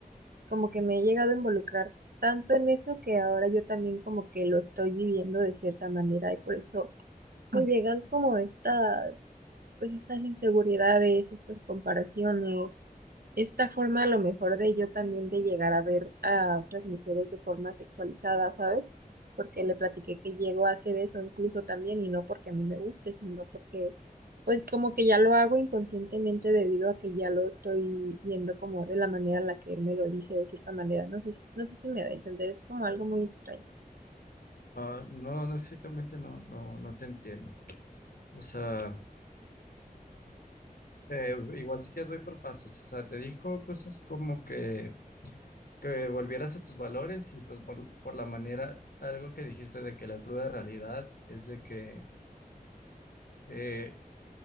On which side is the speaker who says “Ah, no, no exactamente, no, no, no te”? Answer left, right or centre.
Left